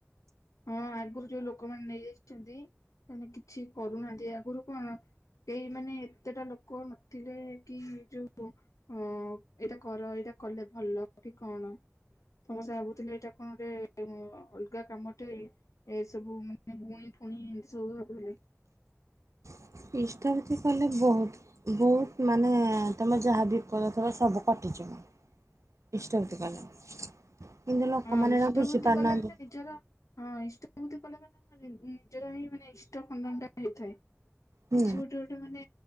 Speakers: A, on the left; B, on the right.
A: ହଁ ଆଗୁରୁ ଯୋଉ ଲୋକମାନେ ନେଇଯାଇଛନ୍ତି ସେମାନେ କିଛି କରୁନାହାଁନ୍ତି ଆଗୁରୁ କଣ କେହି ମାନେ ଏତେଟା ଲୋକ ନଥିଲେ କି ଯୋଉ ହଁ ଏଇଟା କର ଏଇଟା କଲେ ଭଲ କି କଣ। ସମସ୍ତେ ଭାବୁଥିଲେ ଏଇଟା କଣ ଗୋଟେ ଏ ଅ ଅଲଗା କାମ। ହୁ। ଏ ସବୁ ମାନେ ଗୁଣି ଫୁଣିି ଉ ହୁଏ।
B: <unintelligible> କଲେ ବହୁତ। ବହୁତ ମାନେ ତମର ଯାହା ବିପଦ ଥିବ ସବୁ କଟିଯିବ। <unintelligible> ଲୋକମାନେ
A: ହଁ ଇଷ୍ଟ
B: ଏରା ବୁଝିପାରୁନାହାନ୍ତି।
A: ବୃର୍ତ୍ତି କଲେ ମାନେ ନିଜର ହଁ ଇଷ୍ଟ ଏମିତି କଲେ ମାନେ ଆମ ନିଜର ହିଁ ମାନେ ଇଷ୍ଟ ଖଣ୍ଡନଟା ହେଇଥାଏ।
B: ହୁଁ
A: କିଛି ଗୋଟେ ଗୋଟେ ମାନେ